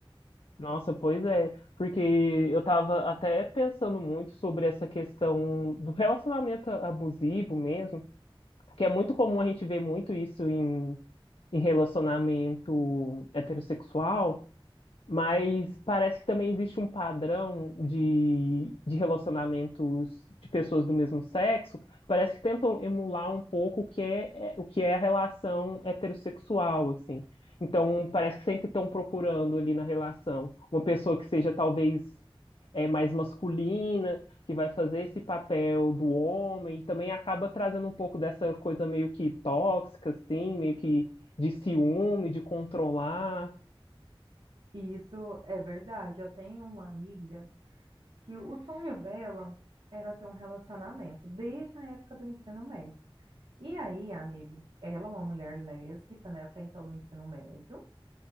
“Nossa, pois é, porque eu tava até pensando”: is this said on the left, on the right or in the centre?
Left